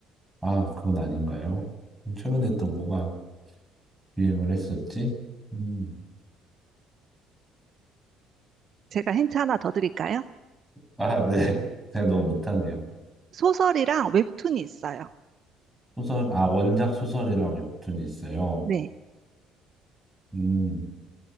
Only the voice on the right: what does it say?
제가 힌트 하나 더 드릴까요?
소설이랑 웹툰이 있어요.
네.